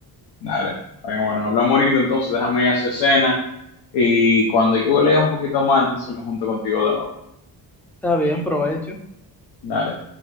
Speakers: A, on the left; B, in the centre.
A: dale. Bueno, bueno, hablamos ahorita entonces, déjame ir a hacer cena y cuando yo lea un poquito más, entonces me junto contigo de nuevo,
B: Está bien, provecho.
A: dale.